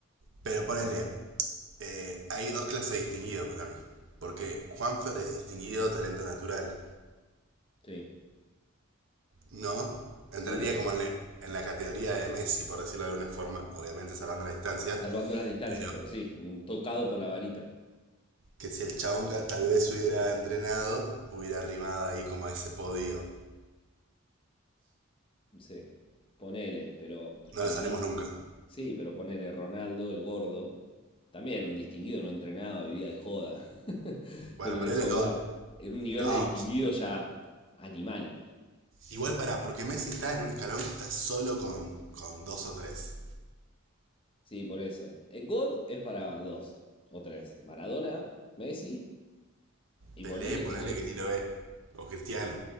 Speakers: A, on the right; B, on the left.
A: pero ponele,
B: Eh,
A: eh, hay dos clases de distinguido para mí. Porque Juanfer es distinguido talento natural,
B: sí,
A: ¿no? Entraría
B: sí, obvio.
A: como en, le- en la categoría de Messi, por decirlo de alguna forma, obviamente salvando la distancia,
B: Salvando las distancias,
A: pero
B: pero sí, un tocado por la varita.
A: que si el chabón tal vez hubiera entrenado, hubiera rimado ahí como a ese podio.
B: Sí, ponele, pero pues,
A: No
B: para
A: lo sabremos
B: mí,
A: nunca.
B: sí, pero ponele Ronaldo, el gordo, también era un distinguido, no entrenaba, vivía de joda, <laughs>
A: Bueno,
B: pero le
A: pero
B: sobraba.
A: él es God.
B: Era un nivel
A: No.
B: de distinguido
A: pues,
B: ya animal.
A: Igual para, porque Messi está en un escalón que está solo con, con dos o tres.
B: Sí, por eso. El God es para dos o tres. Maradona, Messi, y
A: Pelé,
B: ponele
A: ponele
B: que yo.
A: que ni lo ve. O Cristiano.